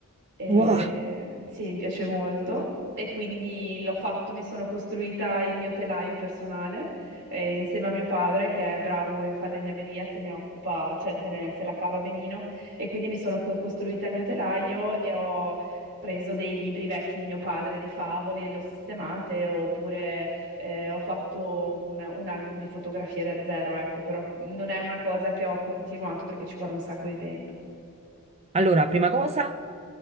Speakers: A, on the right; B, on the right.
A: Eh,
B: Wow.
A: sì, mi piace molto e quindi l'ho fatto, mi sono costruita il mio telaio personale eh, insieme a mio padre che è bravo in falegnameria, se ne occupa, cioè se, ne- se la cava benino e quindi mi sono co- costruita il mio telaio e ho preso dei libri vecchi di mio padre di favole e le ho sistemate oppure eh, ho fatto un, un album di fotografie da zero, ecco, però non è una cosa che ho continuato perché ci vuole un sacco di tempo.
B: Allora, prima cosa,